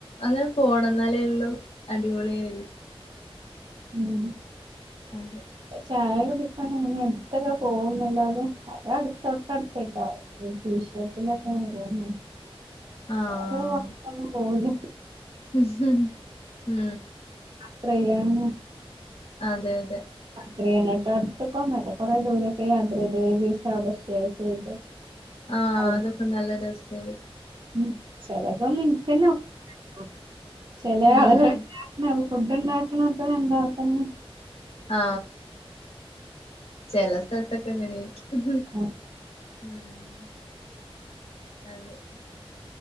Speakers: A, on the left; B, on the right.
A: അന്നാ പോണം എന്നാലേ ഉള്ളു അടിപൊളിയയാ ത്
B: ഉം
A: അതേ
B: ചായ കുടിക്കാൻ അങ്ങനെ അടുത്തൊക്കെ പോവുന്നല്ലാതെ അത്‌ അടു തൊട്ടടുത്ത ടീ ഷോപ്പിൽ ആണ്
A: ആഹ്
B: അത് വർക്ക്‌ ഒന്നും പോവൂല്ല
A: മ്മ് മ്മ്
B: ഫ്രേയാണ്.
A: അതെ അതെ
B: ത്രി എന്ന്ട്ട് അട്ത്ത്ക്കെന്നല്ല കൊറെ ദൂരൊക്കെ യാത്രയ്ത് ഒരു ദിവ്സം അവിടെ സ്റ്റേ ചെയ്ത്
A: ആ
B: അവിടുത്തെ
A: അതൊക്കെ നല്ല രസയരു
B: ഉം ചെലതോന്നു ഇൻക്കന്നെ ഒ ലല്ലോ ചെല
A: ഉം
B: ആള്കൾ ഫുഡ്‌ ണ്ടാ <unintelligible> എന്താക്കണ്
A: ആ ചില സ്ഥലത്തൊക്കെ ഇങ്ങനെയൊക്ക
B: ആ,
A: ഉം അതെ